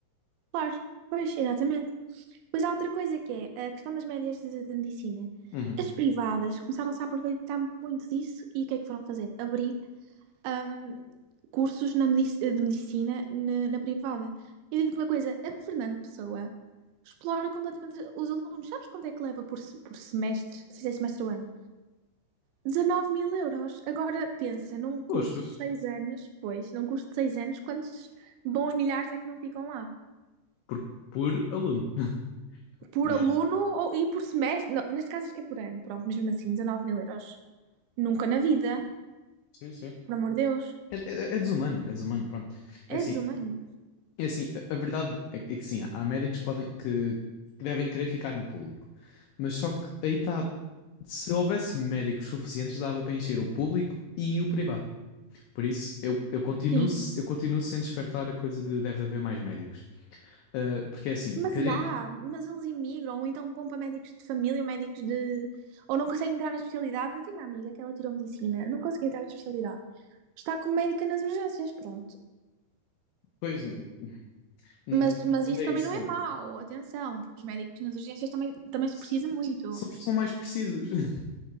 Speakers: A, on the right; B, on the left.
A: Claro, pois, exatamente. Pois há outra coisa que é a questão das médias de, de medicina.
B: Uhum.
A: As privadas começaram-se a aproveitar muito disso e o que é que foram fazer? Abrir ahm, cursos na medici- de medicina na, na privada. E digo-te uma coisa, a Fernando Pessoa explora completamente os alunos. Sabes quanto é que leva por, se- por semestre? Se fizer semestre ou ano? dezanove mil euros. Agora pensa, num curso
B: Lasca-se.
A: de seis anos, pois, num curso de seis anos, quantos bons milhares é que não ficam lá?
B: Por, por aluno. <laughs>
A: Por
B: Yeah.
A: aluno ou, e por semestre? Não, neste caso acho que é por ano, pronto, mas mesmo assim, 19 mil euros. Nunca na vida,
B: Sim, sim.
A: por amor de Deus.
B: É, é- é desumano, é desumano, pronto. É
A: É
B: assim,
A: desumano.
B: é assim, a, a verdade é que, é que sim, há médicos que podem, que, que devem querer ficar no público. Mas só que aí está, se houvesse médicos suficientes, dava para encher o público e o privado. Por isso, eu, eu continuo,
A: Sim.
B: eu continuo sem descartar a coisa de deve haver mais médicos. Uh, porque é assim,
A: Mas
B: care...
A: há, mas eles imigram, ou então vão para médicos de família ou médicos de. Ou não conseguem entrar na especialidade. Eu tenho uma amiga que ela tirou medicina, não conseguiu entrar na especialidade. Está como médica nas urgências, pronto.
B: pois, n- n-
A: Mas, mas
B: no fundo
A: isso
B: é
A: também
B: isso.
A: não
B: Com...
A: é mau, atenção, porque os médicos nas urgências também, também se
B: s-
A: precisa muito.
B: São os que são mais precisos. <laughs>